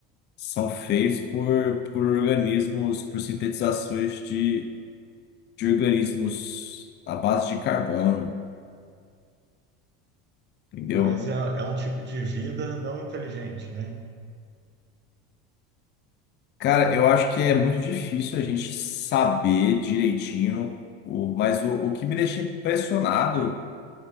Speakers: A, on the left (about 35°); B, on the right (about 35°).
A: são feitos por, por organismos, por sintetizações de, de organismos à base de carbono, entendeu?
B: Mas é, é um tipo de vida não inteligente, né?
A: Cara, eu acho que é muito difícil a gente saber direitinho, o, mas o, o que me deixa impressionado